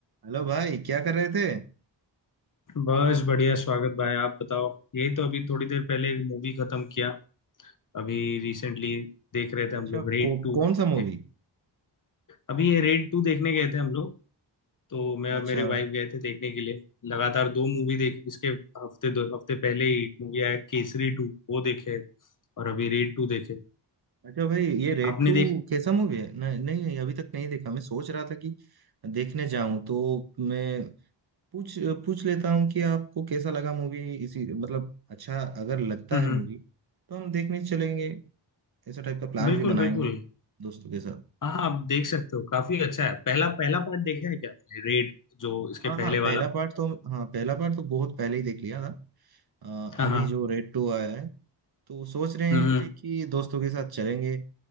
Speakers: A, on the right; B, on the left.
A: Hello भाई क्या कर रहे थे
B: बस बढ़िया स्वागत भाई आप बताओ यही तो अभी थोड़ी देर पहले एक मूवी खत्म किया अभी रिसेंटली देख रहे थे हम
A: अच्छा
B: लोग
A: को,
B: रेड टू
A: कौन सा मूवी
B: एक अभी ये रेड टू देखने गए थे हम लोग तो मैं और
A: अच्छा
B: मेरे वाइफ गए थे देखने के लिए लगातार दो मूवी देखी इसके हफ्ते दो हफ्ते पहले ही एक मूवी आया केसरी टू वो देखे और अभी रेड टू देखे
A: अच्छा भाई ये रेड
B: आपने
A: टू
B: देख
A: कैसा मूवी है नहीं नहीं अभी तक नहीं देखा मैं सोच रहा था कि देखने जाऊं तो मैं पूछ पूछ लेता हूं कि आपको कैसा लगा मूवी इसी मतलब अच्छा अगर लगता
B: हम्म
A: है मूवी
B: हम्म,
A: तो हम देखने चलेंगे ऐसा टाइप का प्लान
B: बिल्कुल
A: भी बनाएंगे
B: बिल्कुल
A: दोस्तों के साथ
B: हाँ हाँ, आप देख सकते हो काफी अच्छा है पहला पहला पार्ट देखा है क्या आपने रेड जो इसके
A: हाँ हाँ
B: पहले वाला
A: पहला
B: पार्ट
A: पार्ट तो
B: है
A: हाँ पहला पार्ट तो बहुत पहले ही देख लिया था अ,
B: हाँ
A: अभी
B: हाँ
A: जो रेड टू आया है तो सोच रहे
B: हम्म हम्म।
A: हैं कि दोस्तों के साथ चलेंगे